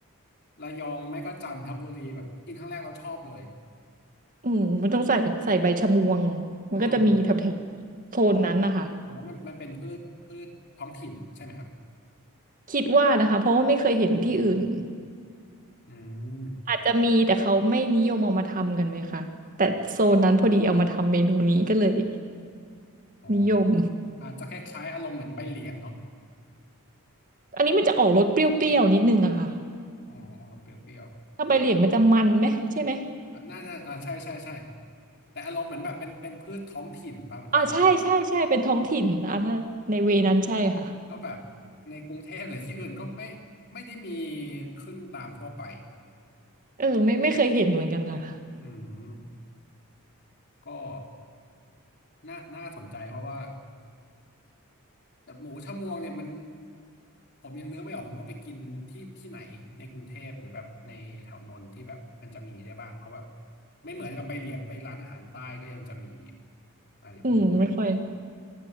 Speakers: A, on the left; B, on the right.
A: ระยองไม่ก็จันทบุรีแบบกินครั้งแรกเราชอบเลย
B: อืมมันต้องใส่ใส่ใบชะมวงมันก็จะมีแถบๆโซนนั้นนะคะ
A: อ๋ออ๋อมันมันเป็นพืชพืชท้องถิ่นใช่ไหมครับ
B: คิดว่านะคะเพราะว่าไม่เคยเห็นที่อื่น
A: อืม
B: อาจจะมีแต่เขาไม่นิยมเอามาทำกันไหมคะแต่โซนนั้นพอดีเอามาทำเมนูนี้ก็เลย
A: อ๋อ
B: นิยม
A: อาจจะคล้ายๆอารมณ์เหมือนใบเหลียงเนาะ
B: อันนี้มันจะออกรสเปรี้ยวๆนิดนึงอะค่ะ
A: อ๋อเปรี้ยว
B: ถ้าใบเหลียงมันจะมันไหมใช่ไหม
A: ๆอ่ะน่าจะอ่าใช่ใช่ใช่แต่อารมณ์เหมือนแบบเป็นเป็นพืชท้องถิ่นปะแถว
B: อ่าใช่ใช่ใช่เป็นท้องถิ่นอ่าถ้าในเวนั้นใช่ค่ะ
A: แล้วแบบในกรุงเทพหรือที่อื่นก็ไม่ไม่ได้มีขึ้นตามทั่วไป
B: เออไม่ไม่เคยเห็นเหมือนกันค่ะ
A: อืมก็น่าน่าสนใจเพราะว่าแต่หมูชะมวงเนี่ยมันผมยังนึกไม่ออกผมว่าไปกินที่ที่ไหนในกรุงเทพหรือแบบในแถวนนท์ที่แบบมันจะมีได้บ้างเพราะว่าไม่เหมือนกับไปเหลียงไปร้านอาหารใต้ก็ยังจะมีอะไรพวก
B: อืมไม่ค่อย